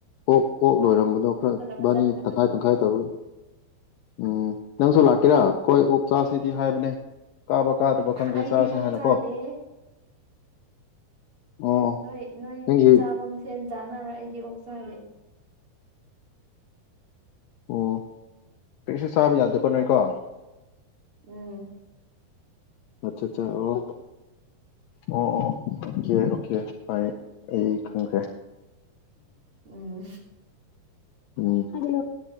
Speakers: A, on the left; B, on the right.
A: ꯑꯣꯛ ꯑꯣꯛ ꯂꯣꯏꯔꯝꯕꯗꯣ ꯈꯔ ꯏꯕꯥꯅꯤ
B: ꯐꯖꯅ ꯉꯥꯡꯕꯤꯈ꯭ꯔꯣ
A: ꯇꯪꯈꯥꯏ ꯇꯪꯈꯥꯏ ꯇꯧꯔꯒ ꯎꯝ ꯅꯪꯁꯨ ꯂꯥꯛꯀꯦꯔꯥ ꯑꯩꯈꯣꯏ ꯑꫭꯛ ꯆꯥꯁꯤꯗꯤ ꯍꯥꯏꯕꯅꯦ ꯀꯥꯕ ꯀꯥꯗꯕ ꯈꯪꯗꯦ
B: ꯑꯩꯗꯤ
A: ꯆꯥꯁꯦ
B: ꯑꯣꯛ
A: ꯍꯥꯏꯅ
B: ꯆꯥꯗꯦ
A: ꯀꯣ ꯑꯣ
B: ꯅꯣꯏ ꯅꯣꯏ
A: ꯅꯪꯒꯤ
B: ꯆꯥꯕ ꯃꯁꯦꯟ ꯆꯥꯅꯔꯣꯏ ꯑꯩꯗꯤ ꯑꯣꯛ ꯆꯥꯗꯦ
A: ꯑꯣ ꯀꯔꯤꯁꯨ ꯆꯥꯕ ꯌꯥꯗꯦꯀꫭ ꯅꯣꯏꯀꯣ
B: ꯎꯝ
A: ꯑꯠꯆꯠꯆꯥ ꯑꯣ ꯑꯣ ꯑꯣ ꯑꯣꯀꯦ ꯑꯣꯀꯦ ꯑꯩ ꯑꯩ ꯈꯪꯈ꯭ꯔꯦ
B: ꯎꯝ
A: ꯎꯝ ꯈꯔꯦ